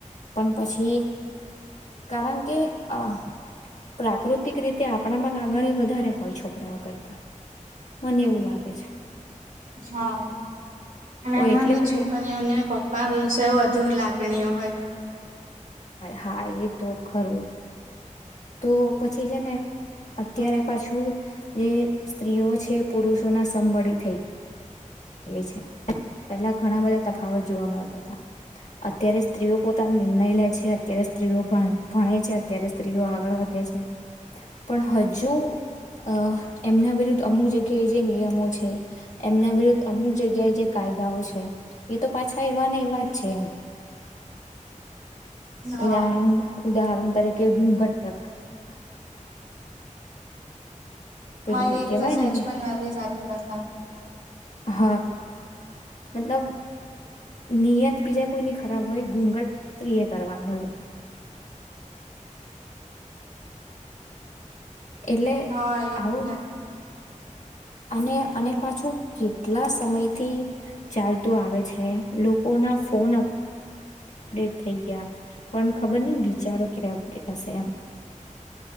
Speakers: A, on the left (about 60°); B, on the right (about 80°).
A: પણ પછી કારણ કે અ પ્રાકૃતિક રીતે આપણામાં લાગણી વધારે હોય છોકરાઓ કરતા મને એવું લાગે છે.
B: હા અને
A: તો
B: એમાં
A: એટલે
B: બી
A: પછી
B: છોકરીઓને પપ્પા વિશે વધુ લાગ કે ની હોય.
A: હા એ તો ખરું તો પછી છે ને અત્યારે
B: હા
A: પાછું જે સ્ત્રીઓ છે પુરુષોના સમવળી થઈ એ છે પેલા ઘણા બધા તફાવત જોવા મળતા હતા. અત્યારે સ્ત્રીઓ પોતાનો નિર્ણય લે છે અત્યારે સ્ત્રીઓ ભણ ભણે છે અત્યારે સ્ત્રીઓ આગળ વધે છે પણ હજુ અ એમના વિરુદ્ધ અમુક જગ્યાએ જે નિયમો છે એમના વિરુદ્ધ અમુક જગ્યાએ જે કાયદાઓ છે એ તો પાછા એવાને એવા જ છે એમ
B: હા
A: ઉદાહરણ ઉદાહરણ તરીકે ઘૂઘટ પ્રથા પેલું
B: હા એ
A: કેવાય
B: તો સહેજ
A: ને
B: પણ નવી સારી કથા
A: હ મતલબ નિયત બીજા કોઈની ખરાબ હોય ઘૂઘટ ત્રીએ કરવાનું એવું એટલે
B: હા એ જ
A: આવું
B: ને
A: અને અને પાછું કેટલા સમયથી ચાલતું આવે છે લોકો ના ફોન અપડેટ થઈ ગયા પણ ખબર ની વિચારો ક્યારે અપડેટ થશે એમ